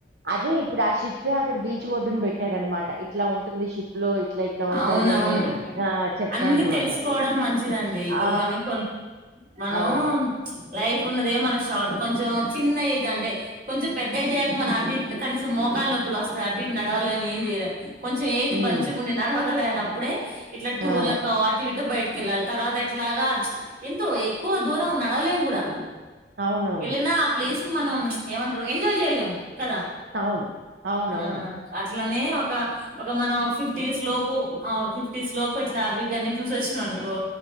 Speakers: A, on the right; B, on the right.
A: అదే ఇప్పుడు ఆ షిప్ే అక్కడ బీచ్ ఒడ్ని పెట్టారు అనమాట ఇట్లా ఉ ఉంటుంది షిప్ లో ఇట్లా ఇట్లా ఉంటాది
B: అవునవును
A: అని ఆ చెప్తాను
B: అన్ని తెలుసుకోవడం
A: అంటది
B: మంచిదండి ఇప్పుడు
A: ఆ
B: మనం కొ మనం
A: అవును
B: లైఫ్ ఉన్నదే మన షార్ట్ కొంచెం చిన్న ఏజ్ అంటే కొంచెం పెద్ద ఏజ్ అయ్యా మనం అటు ఇటు కనీసం మోకాల నొప్పులు వస్తాయి అటు, ఇటు నడవలేం ఏం చేయలేము కొంచెం
A: ఉమ్
B: పంచుకుండి నడవగల అప్పుడే ఇట్లా టూర్లకు
A: ఆ
B: అటు ఇటు బయ పిల్లల తర్వాత ఎట్లాగా ఎంతో ఎక్కువ దూరం నడవలేం కూడా
A: అవునవును
B: ఎల్లినా ఆ ప్లేస్ మనం ఏమంటారు ఎంజాయ్ చేయలేము కదా
A: అవును అవునవును
B: ఆ అట్లనే క ఒక మనం ఫిఫ్టీస్ లోపు ఒక ఫిఫ్టీస్ లోపు ఇట్లా అవి ఇవన్నీ చూసొచ్చినామనుకో